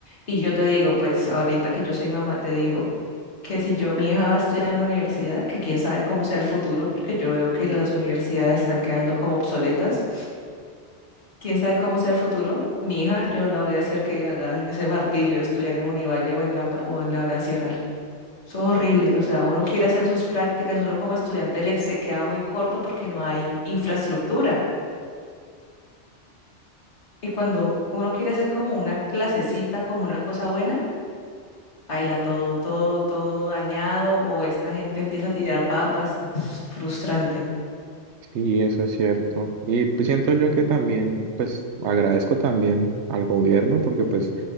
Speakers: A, on the left; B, on the right.
A: Y yo te digo, pues ahorita que yo soy mamá, te digo, que si yo, mi hija va a estudiar en una universidad, que quién sabe cómo sea el futuro, porque yo veo que las universidades están quedando como obsoletas. Quién sabe cómo sea el futuro, mi hija, yo la voy a hacer que haga ese martirio de estudiar en Univalle o en la, pa- o en la Nacional. Eso es horrible. O sea, uno quiere hacer sus prácticas, uno como estudiante le se queda muy corto porque no hay infraestructura. Y cuando uno quiere hacer como una clasecita, como una cosa buena, baila todo, todo, todo dañado, o esta gente empieza a tirar papas. no, Es frustrante.
B: Sí, eso es cierto. Y pues siento yo que también, pues agradezco también al gobierno porque pues